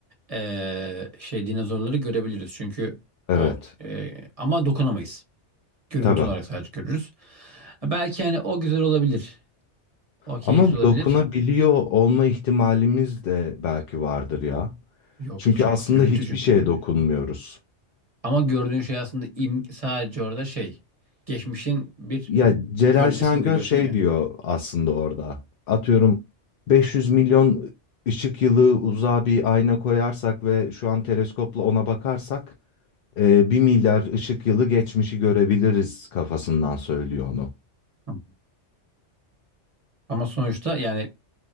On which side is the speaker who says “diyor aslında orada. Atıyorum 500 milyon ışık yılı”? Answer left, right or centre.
Left